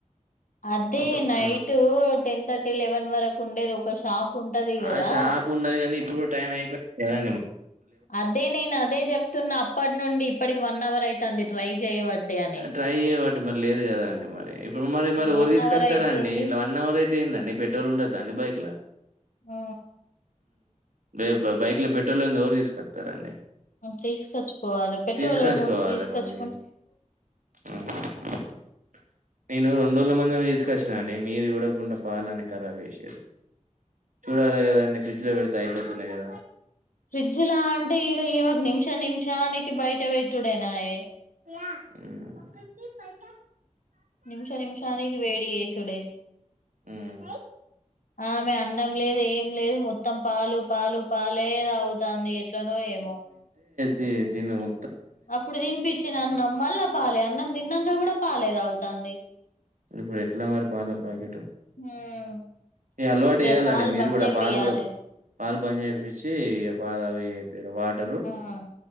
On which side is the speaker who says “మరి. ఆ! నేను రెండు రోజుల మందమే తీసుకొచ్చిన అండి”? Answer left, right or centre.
Right